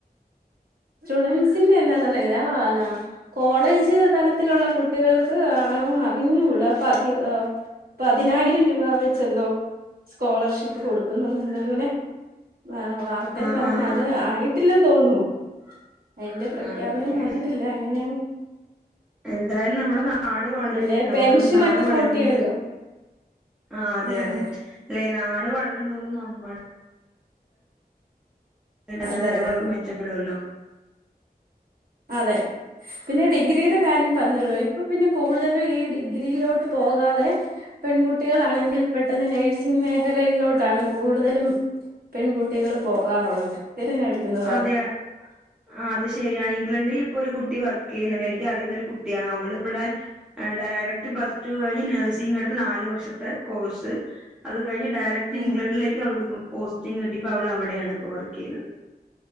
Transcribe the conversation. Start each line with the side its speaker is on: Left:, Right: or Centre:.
Right: സ്റ്റുഡൻസിന്റെ എന്താന്നയില്ല <unintelligible> ലാ നാ കോളേജ് തലത്തിലുള്ള കുട്ടികൾക്ക് ആണോന്ന് അറിഞ്ഞൂട അപ്പൊ അതി- പതിനായിരം രൂപ വെച്ചെന്തോ സ്കോളർഷിപ്പ് കൊടുക്കുന്നുണ്ടോ ഇങ്ങനെ ആ വാർത്തേ
Centre: ആ
Right: പറഞ്ഞ
Centre: ആ
Right: അത്. ആയിട്ടില്ലെന്ന് തോന്നുന്നു. അയ്ന്റെ പ്രഖ്യാപനം
Centre: ആ അങ്ങനെല്ലേ
Right: വന്നിട്ട്ല്ല. എങ്ങനെ
Centre: എന്തായാലും നമ്മടെ നാട് വളരട്ടെ.
Right: പിന്നെ
Centre: നമലം
Right: പെൻഷനൊക്കെ
Centre: നാട് വളരുന്നത്.
Right: കൂട്ടിയല്ലോ
Centre: ആ അതെ
Right: ഉം
Centre: അതെ. അല്ലെ നാട് വളരുംന്തോറും നമ്മടെ ഇടനിലവ
Right: അതെ അതെ
Centre: <unintelligible> ക്കെ മെച്ചപ്പെടോല്ലോ.
Right: അതെ പിന്നെ ഡിഗ്രിയുടെ കാര്യം പറഞ്ഞല്ലൊ. ഇപ്പൊ പിന്നെ കൂടുതലും ഈ ഡിഗ്രിയിലോട്ട് പോകാതെ. പെൺകുട്ടികളാണെങ്കിൽ പെട്ടെന്ന് നേഴ്സിങ് മേഖലയിലോട്ടാണ് കൂടുതലും. പെൺകുട്ടികള് പോകാറുള്ളത്. തെരഞ്ഞെടുക്കുന്ന
Centre: അതെ. ആ അത് ശരിയാണെ ഇംഗ്ലണ്ടില് ഇപ്പൊ ഒരു കുട്ടി വർക്ക് ചെയ്യുന്നുണ്ട് എനിക്ക് അറിയുന്നൊരു കുട്ടിയാണ്. അവള് ഇവിടെ. ഡയറക്ട് പ്ലസ് ടു കഴിഞ്ഞ് നഴ്സിംഗ എടുത്ത് നാല് വർഷത്തെ കോഴ്സ് അത് കഴിഞ്ഞ് ഡയറ ക്റ്റ്
Right: ഉം
Centre: ഇംഗ്ലണ്ടിലേക്ക് അവൾക്ക് പോസ്റ്റ് കിട്ടി. ഇപ്പവള് അവിടെയാണ് ഇപ്പോ വർക്ക് ചെയ്യുന്നത്.